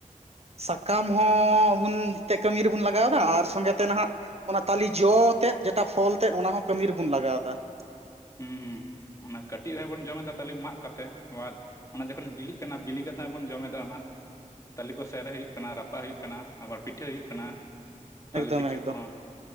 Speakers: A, on the right (about 50°); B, on the left (about 25°).
A: ᱥᱟᱠᱟᱢ ᱦᱚᱸᱵᱚᱱ ᱛᱮ ᱠᱟᱹᱢᱤ ᱨᱮᱵᱚᱱ ᱮᱛᱮ ᱞᱟᱜᱟᱣᱫᱟ ᱟᱨ ᱥᱚᱸᱜᱮ ᱛᱮ ᱱᱟᱦᱟᱜ ᱚᱱᱟ ᱛᱟᱞᱤ ᱡᱚ ᱛᱮᱫ ᱡᱮᱴᱟ ᱯᱷᱚᱞ ᱛᱮᱫ ᱚᱱᱟ ᱦᱚ ᱠᱟᱹᱢᱤ ᱨᱮᱵᱚᱱ ᱞᱟᱜᱟᱣ ᱮᱫᱟ ᱾ <inaudible>
B: ᱦᱩᱸ ᱦᱩᱸ ᱚᱱᱟ ᱠᱟᱹᱴᱤᱡ ᱨᱮᱦᱚᱸ ᱵᱚᱱ ᱡᱚᱢᱮᱫᱟ ᱛᱟᱞᱮ ᱢᱟᱜ ᱠᱟᱛᱮᱫ, ᱟᱵᱟᱨ ᱚᱱᱟ ᱡᱚᱠᱷᱚᱱ ᱵᱤᱞᱤᱜ ᱠᱟᱱᱟ ᱵᱤᱞᱤ ᱠᱟᱛᱮᱜ ᱦᱚᱸ ᱵᱚᱱ ᱡᱚᱢᱮᱫᱟ ᱚᱱᱟ ᱾ ᱛᱟᱞᱮ ᱠᱚᱥᱮᱹ ᱨᱮ ᱦᱩᱭᱩᱜ ᱠᱟᱱᱟ ᱨᱟᱯᱟᱜ ᱦᱩᱭᱩᱜ ᱠᱟᱱᱟ ᱟᱵᱟᱨ ᱯᱤᱴᱷᱟᱹ ᱦᱩᱭᱩᱜ ᱠᱟᱱᱟ᱾ ᱛᱟᱞᱮ
A: ᱮᱠᱫᱚᱢ
B: ᱯᱤᱴᱷᱟᱹ
A: ᱮᱠᱫᱚᱢ
B: ᱠᱚᱦᱚᱸ